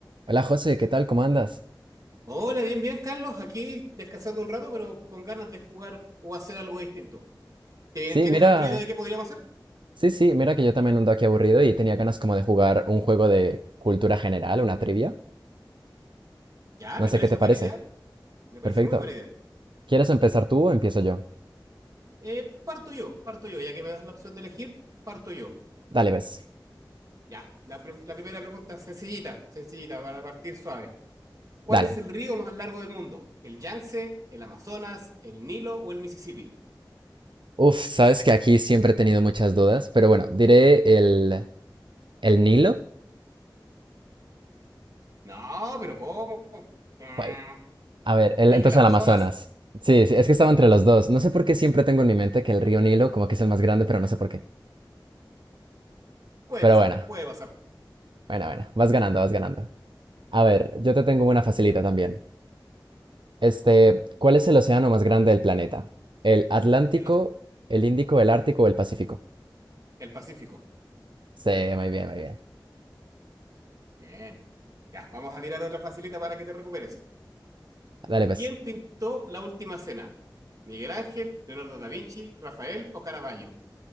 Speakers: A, on the right; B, on the right.
A: Hola José, ¿qué tal? ¿Cómo andas?
B: Hola, bien, bien, Carlos. Aquí descansando un rato, pero con ganas de jugar o hacer algo distinto. ¿Tien-
A: Sí,
B: ¿Tienes
A: mira,
B: alguna idea de qué podríamos hacer?
A: sí, sí, mira que yo también ando aquí aburrido y tenía ganas como de jugar un juego de cultura general, una trivia.
B: Ya, me
A: No
B: parece
A: sé qué te
B: buena
A: parece.
B: idea. Me
A: Perfecto.
B: parece muy buena idea.
A: ¿Quieres empezar tú o empiezo yo?
B: Eh, parto yo, parto yo. Ya que me das la opción de elegir, parto yo.
A: Dale, ves.
B: Ya, la, pre- la primera pregunta, sencillita, sencillita, para partir suave. ¿Cuál
A: Dale.
B: es el río más largo del mundo? ¿El Yangtze, el Amazonas, el Nilo o el Mississippi?
A: Uf, sabes que aquí siempre he tenido muchas dudas, pero bueno, diré el, el Nilo.
B: No, pero ¿cómo? Mm,
A: Jue- A ver, el-
B: ¿Es
A: entonces
B: el Amazonas?
A: el Amazonas. Sí, sí, es que estaba entre los dos. No sé por qué siempre tengo en mi mente que el río Nilo como que es el más grande, pero no sé por qué.
B: Puede
A: Pero
B: pasar,
A: bueno,
B: puede pasar.
A: bueno, bueno, vas ganando, vas ganando. A ver, yo te tengo una facilita también. Este, ¿cuál es el océano más grande del planeta? ¿El Atlántico,
B: El,
A: el Índico, el Ártico o el Pacífico?
B: el Pacífico.
A: Sí, muy bien, muy bien.
B: Bien. Ya, vamos a tirar otra facilita para que te recuperes.
A: Dale, pues.
B: ¿Quién pintó la última cena? ¿Miguel Ángel, Leonardo da Vinci, Rafael o Caravaggio?